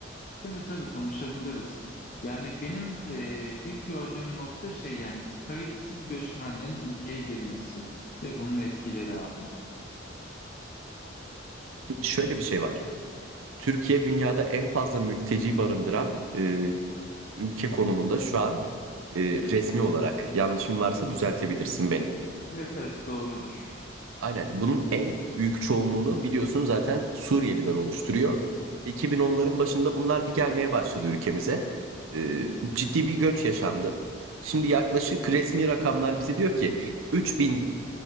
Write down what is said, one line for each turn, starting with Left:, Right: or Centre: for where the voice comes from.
Left: Tabii tabii konuşabiliriz. Yani benim e, ilk gördüğüm nokta şey yani kayıtsız göçmenlerin ülkeye girmesi ve bunun etkileri abi.
Right: Şimdi şöyle bir şey var. Türkiye dünyada en fazla mülteci barındıran e, ülke konumunda şu an e, resmi olarak yanlışım varsa düzeltebilirsin beni.
Left: Evet evet doğrudur.
Right: Aynen. Bunun en büyük çoğunluğunu biliyorsun zaten Suriyeliler oluşturuyor. 2010'ların başında bunlar bir gelmeye başladı ülkemize. Ee, ciddi bir göç yaşandı. Şimdi yaklaşık resmi rakamlar bize diyor ki 3000